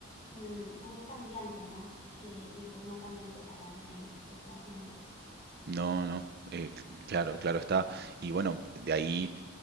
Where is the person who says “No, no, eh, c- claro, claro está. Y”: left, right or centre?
Right